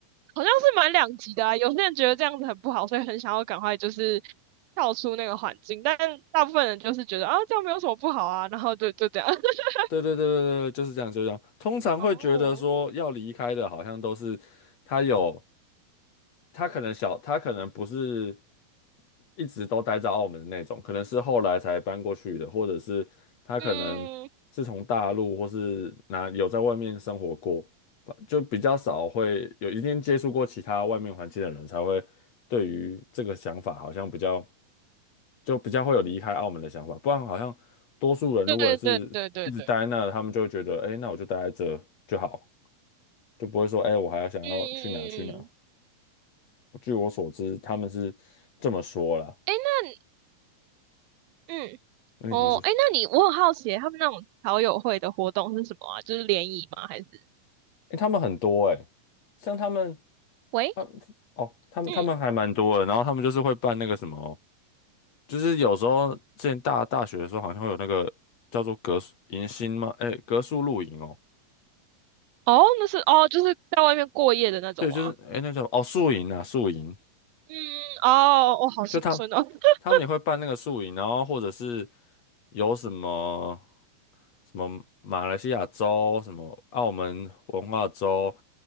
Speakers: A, on the right; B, on the left.
A: 好像是蛮两极的啊，有些人觉得这样子很不好，所以很想要赶快就是跳出那个环境，但大部分人就是觉得啊，这样没有什么不好啊，然后就就这样，<laughs>
B: 对对对对对，就是这样，就是这样。通常会觉得说要离开的，
A: 哦，
B: 好像都是他有他可能小，他可能不是一直都待在澳门的那种，可能是后来才搬过去的，或者是他可能是从大陆或是哪有在外面生活过，
A: 嗯，
B: 就比较少会有一定接触过其他外面环境的人，才会对于这个想法好像比较。就比较会有离开澳门的想法，不然好像多数人如果是一直待在那，
A: 对对对对对，
B: 他们就会觉得，哎，那我就待在这就好，就不会说，哎，我还要想要去哪去哪。
A: 嗯嗯嗯
B: 据我所知，他们是这么说啦。
A: 嗯。那。嗯，
B: 那你说，
A: 哦，哎，那你我很好奇，他们那种好友会的活动是什么啊？就是联谊吗？还是？
B: 哎，他们很多哎，像他们，
A: 喂，
B: 他哦，他们他们还蛮多的，
A: 嗯，
B: 然后他们就是会办那个什么，就是有时候之前大大学的时候，好像会有那个叫做格宿迎新吗？哎，格宿露营哦，
A: 哦，那是哦，就是在外面过夜的那种吗？
B: 对，就是哎，那叫哦宿营啊，宿营。
A: 嗯，哦，我、哦好心酸哦。
B: 就他
A: <laughs>
B: 他们也会办那个宿营，然后或者是有什么什么马来西亚州、什么澳门文化州、